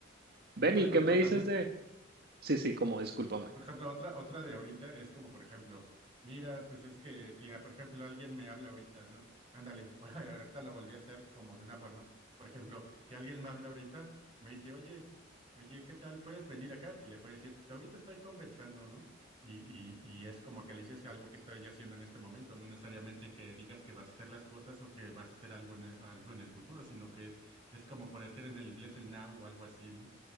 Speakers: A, on the right; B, on the right.
A: Benny,
B: Sí, por ejemplo,
A: ¿qué me dices
B: también
A: de...? Sí, sí, como discúlpame.
B: Por ejemplo, otra, otra de ahorita es como, por ejemplo, mira, pues es que si, ah, por ejemplo, alguien me habla ahorita, ¿no? Ándale, <laughs> bueno, ahorita lo volví a hacer como de una forma. Por ejemplo, si alguien me habla ahorita, me dice, oye, oye, ¿qué tal? ¿Puedes venir acá? Y le puedo decir, pues ahorita estoy conversando, ¿no? Y, y, y es como que le dices algo que estoy haciendo en este momento, no necesariamente que digas que vas a hacer las cosas o que vas a hacer algo en el, algo en el futuro, sino que es, es como por decir en el inglés el now o algo así, ¿no?